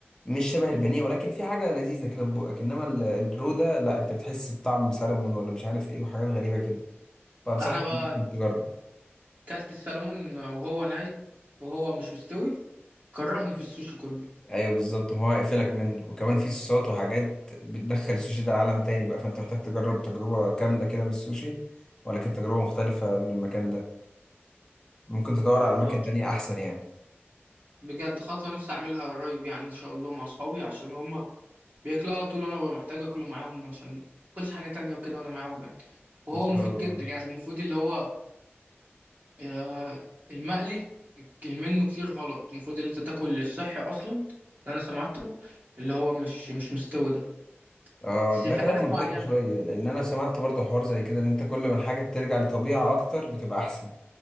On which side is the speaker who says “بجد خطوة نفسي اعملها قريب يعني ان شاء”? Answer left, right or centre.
Right